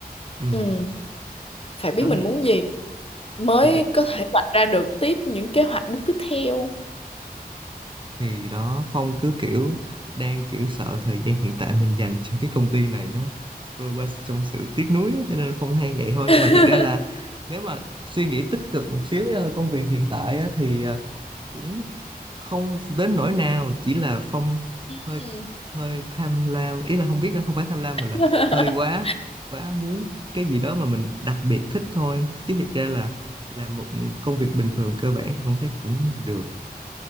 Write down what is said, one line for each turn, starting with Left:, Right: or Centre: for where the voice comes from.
Right: Ừm,
Left: ừ phải biết
Right: đó
Left: mình
Right: thì,
Left: muốn gì mới
Right: thì
Left: có thể vạch ra được tiếp những kế hoạch bước tiếp theo
Right: thì đó Phong cứ kiểu đang kiểu sợ thời gian hiện tại mình dành cho cái công ty này nó trôi qua trong sự tiếc nuối á, cho nên Phong than vậy thôi
Left: <laughs>
Right: nhưng mà thiệt ra là nếu mà suy nghĩ tích cực một xíu nha công việc hiện tại á, thì ờ, cũng không đến nỗi nào chỉ là phong
Left: Ừ.
Right: hơi hơi tham lam ý là không biết là không phải tham lam
Left: <laughs>
Right: mà là hơi quá quá muốn cái gì đó mà mình đặc biệt thích thôi chứ thiệt ra là làm một công việc bình thường cơ bản thì không thấy cũng được